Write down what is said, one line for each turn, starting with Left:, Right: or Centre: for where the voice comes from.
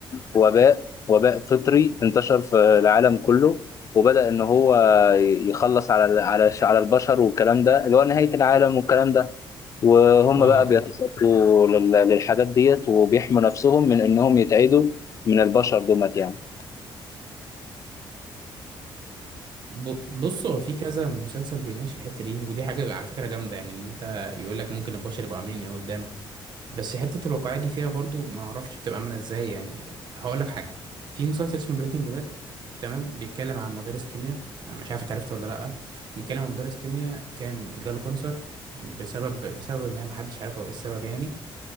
Left: وباء وباء فطري انتشر في العالم كله وبدا ان هو يخلص على على على البشر والكلام ده اللي هو نهايه العالم والكلام ده وهم
Right: اه
Left: بقى بيتصدوا
Right: اه
Left: لل- للحاجات ديت وبيحموا نفسهم من انهم يتعدوا من البشر دومت يعني
Right: ب- بص هو في كذا مسلسل بيناقش الحته دي ودي حاجه على فكره جامده يعني ان انت يقول لك ممكن البشر يبقوا عاملين ايه قدام بس حته الواقعيه دي فيها برضو ما اعرفش بتبقى عامله ازاي يعني هقول لك حاجه في مسلسل اسمه بريكنج باد تمام بيتكلم عن مدرس كيمياء أنا مش عارف انت عرفته ولا لا بيتكلم عن مدرس كيمياء كان جاله كانسر بسبب بسبب ما محدش عارف هو ايه السبب يعني